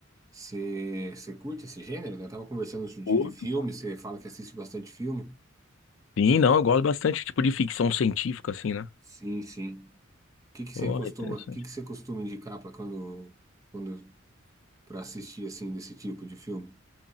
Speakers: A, on the right; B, on the left.
A: Você curte esse gênero? Eu tava conversando outro
B: Curto.
A: dia de filme, você fala que assiste bastante filme?
B: Sim, não, eu gosto bastante, tipo, de ficção científica, assim, né?
A: Sim, sim. O que que
B: Pô,
A: você costuma,
B: é interessante.
A: o que que você costuma indicar para quando, quando, para assistir assim desse tipo de filme?